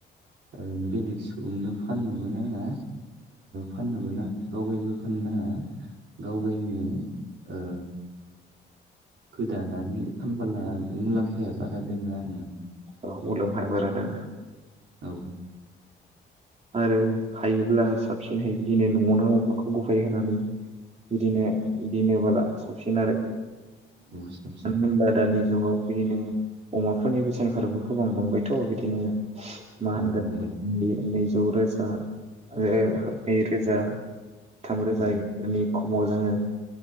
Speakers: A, on the right; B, on the right.
A: ओ बेलेग सुबुंनो फाननोबो नाङा फाननोबो नाङा गावगायबो फाननो नाङा गावगायनो ओ। गोदानानै फानबोला मुलाम्फाया बारा दोङो।
B: औ मुलाम्फाया बारा‌ दङ।
A: औ
B: आरो हायोब्ला साबसिनहै बिदिनो न'आवनो अमाखौ गफायै होनानै बिदिनो दोनोबोला साबसिन आरो
A: अ साबसिन
B: मानो होनब्ला दानि जुगाव बिदिनो अमाफोरनि बेसेनफोराबो गोबां बांबायथ बिदिनो मा
A: औ
B: होनगोन
A: बुंबाय
B: बे नैजि द रोजा आरो नै रोजा थाम रोजा
A: औ
B: इफोरनि खमाव जोङो